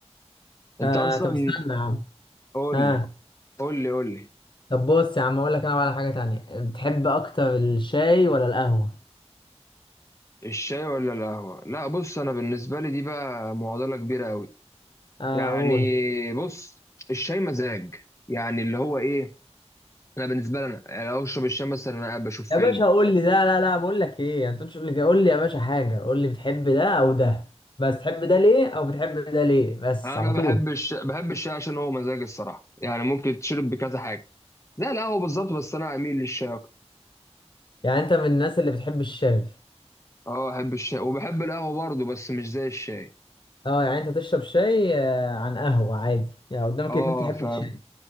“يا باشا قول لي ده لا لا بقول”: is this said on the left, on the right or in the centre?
Left